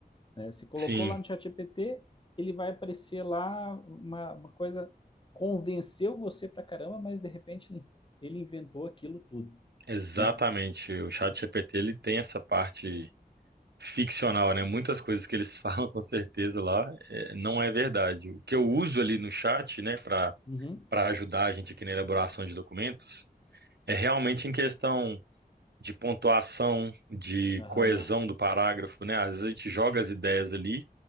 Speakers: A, on the left; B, on the right.
A: né? Você colocou
B: sim,
A: lá no ChatGPT, ele vai aparecer lá uma, uma coisa, convenceu você pra caramba, mas de repente ele inventou aquilo tudo,
B: exatamente.
A: né?
B: O chat GPT ele tem essa parte ficcional, né? Muitas coisas que eles <laughs> falam com certeza lá é, não é verdade. O que eu uso ali no chat, né, para
A: Uhum.
B: para ajudar a gente aqui na elaboração de documentos, é realmente em questão de pontuação, de
A: Aham.
B: coesão do parágrafo, né? Às vezes a gente joga as ideias ali